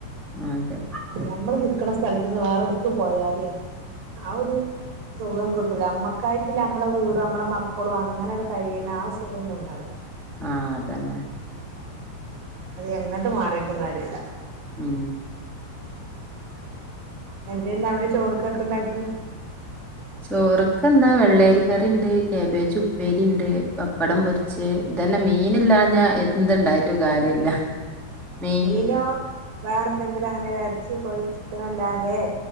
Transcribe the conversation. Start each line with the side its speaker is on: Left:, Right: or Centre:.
Centre: ആഹ് അതെ
Right: ഞമ്മള് നിക്കണ സ്ഥലത്തുനിന്ന് വേറെടുത്ത് പോയാലേ ആ ഒരു സുഖം കിട്ട നമുക്കായിട്ടില്ല നമ്മളെ വീടും നമ്മുടെ മക്കളും അങ്ങനെയാണ് കഴിയുന്ന ആ സുഖമൊന്നും ഉണ്ടാവില്ല
Centre: ആഹ് അതന്നെ
Right: അത് എങ്ങട്ടും മാറിട്ടും കാര്യമില്ല
Centre: ഉം
Right: എന്താ ഇന്ന് അവിടെ ചോറക്കൊക്കെ ഉണ്ടാക്കി
Centre: ചോറൊക്കെ എന്താ വെള്ളേരി കറിയുണ്ട് കാബേജ് ഉപ്പേരി ഉണ്ട് പപ്പടം പൊരിച്ച് ഇത് തന്നെ മീനില്ലാഞ്ഞാ എന്തുണ്ടായിട്ടും കാര്യമില്ല മീൻ
Right: ന <unintelligible> വേറെ എന്തെങ്കിലും അങ്ങനെ ഇറച്ചിയും കോഴിയും ചിക്കനും ഇല്ലാതെ